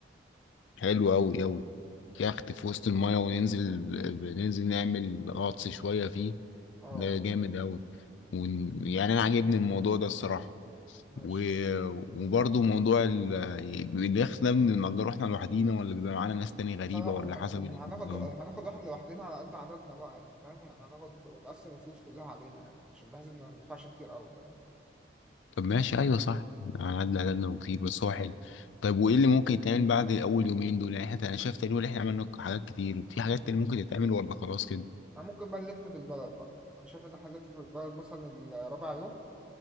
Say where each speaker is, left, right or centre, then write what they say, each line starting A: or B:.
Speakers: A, on the left (about 80°); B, in the centre.
A: حلو أوي أوي يخت في وسط المايه وننزل ننزل نعمل غطس شوية فيه
B: اه
A: ده جامد أوي ون... يعني أنا عاجبني الموضوع ده الصراحة
B: ماشي
A: و... وبرضه موضوع ال... اليخت ده بنأجره احنا لوحدينا ولا بيبقى معانا ناس تاني غريبة
B: لا لا،
A: ولا
B: احنا
A: حسب
B: إحنا
A: النظام
B: هناخد هناخد واحد لوحدنا على قد عددنا بقى يعني فاهم يعني هناخد نقسم الفلوس كلها علينا يعني عشان بحيث ان ما ندفعش كتير قوي
A: طب ماشي أيوه صح أنا عدى عددنا وكتير بس هو حلو طيب وإيه اللي ممكن يتعمل بعد أول يومين دول يعني احنا أنا شايف تقريبا إن إحنا عملنا حاجات كتير في حاجات تاني ممكن تتعمل ولا خلاص كده
B: أنا ممكن بقى نلف في البلد بقى أنا شايف إن إحنا نلف في البلد مثلا الرابع يوم